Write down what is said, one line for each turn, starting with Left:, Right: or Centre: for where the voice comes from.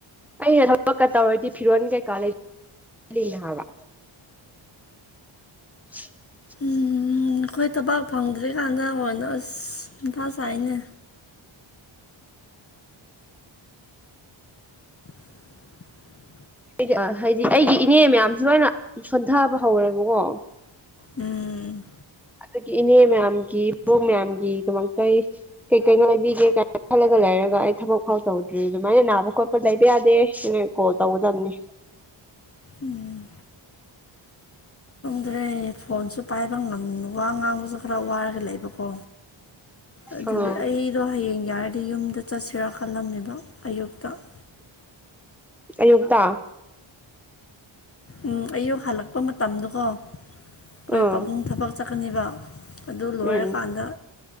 Centre: ꯑꯩꯅ ꯊꯕꯛꯀ ꯇꯧꯔꯗꯤ ꯐꯤꯔꯣꯜ ꯀꯩꯀꯥ ꯂꯩꯅ ꯍꯥꯏꯕ <inaudible>
Left: ꯎꯝ ꯑꯩꯈꯣꯏ ꯊꯕꯥꯛ ꯐꯪꯗ꯭ꯔꯤꯀꯥꯟꯗ ꯍꯣꯏꯅ ꯑꯁ ꯏꯊꯥ ꯆꯥꯏꯅꯦ <inaudible>
Centre: ꯗꯤ ꯍꯥꯏꯗꯤ ꯑꯩꯒꯤ ꯏꯅꯦ ꯃꯌꯥꯝꯁꯨ ꯂꯣꯏꯅ ꯁꯣꯟꯊꯕ ꯍꯧꯔꯦꯕꯀꯣ
Left: ꯎꯝ
Centre: ꯑꯗꯨꯗꯒꯤ ꯏꯅꯦ ꯃꯌꯥꯝꯒꯤ ꯕꯣꯛ ꯃꯌꯥꯝꯒꯤꯗꯃꯛꯇ ꯑꯩ ꯀꯩ ꯀꯩꯅꯣ ꯂꯩꯕꯤꯒꯦ ꯀꯥꯏꯅ ꯈꯜꯂꯒ ꯂꯩꯔ ꯍꯥꯏꯔꯒ ꯑꯩ ꯊꯕꯛ ꯐꯥꯎ ꯇꯧꯗ꯭ꯔꯤ ꯑꯗꯨꯃꯥꯏꯅ ꯅꯥꯕ ꯈꯣꯠꯄ ꯂꯩꯕ ꯌꯥꯗꯦ ꯑꯩꯅ ꯀꯣꯜ ꯇꯧꯒꯗꯕꯅꯤ
Left: ꯎꯝ ꯑꯗꯨꯗꯩ ꯐꯣꯟꯁꯨ ꯄꯥꯏꯕ ꯉ ꯋꯥ ꯉꯥꯡꯕꯁꯨ ꯈꯔ ꯋꯥꯔꯒ ꯂꯩꯕꯀꯣ ꯑꯗꯨꯒꯤ
Centre: ꯑꯥ
Left: ꯑꯩꯗꯣ ꯍꯌꯦꯡ ꯌꯥꯔꯗꯤ ꯌꯨꯝꯗ ꯆꯠꯁꯤꯔꯥ ꯈꯜꯂꯝꯅꯦꯕ ꯑꯌꯨꯛꯇ <inaudible>
Centre: ꯑꯌꯨꯛꯇ
Left: ꯎꯝ ꯑꯌꯨꯛ ꯍꯜꯂꯛꯄ ꯃꯇꯝꯗꯨꯀꯣ ꯑꯩꯈꯣꯏ
Centre: ꯎꯝ
Left: ꯄꯥꯕꯨꯡ ꯊꯕꯛ ꯆꯠꯀꯅꯤꯕ ꯑꯗꯨ ꯂꯣꯏꯔꯀꯥꯟꯗ
Centre: ꯎꯝ